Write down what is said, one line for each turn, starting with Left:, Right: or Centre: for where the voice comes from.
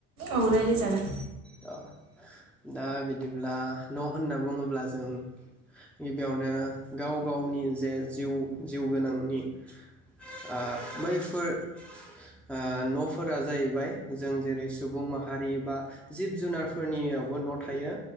Right: औ रायलाय जागोन।
Centre: अ दा बिदिब्ला न' होनना बुङोब्ला जों गिबियावनो गाव गावनि जे जिउ जिउ गोनांनि। दा बैफोर आ न'फोरा जाहैबाय जों जेरै सुबुं माहारि बा जिब जुनारफोरनियावबो न' थायो।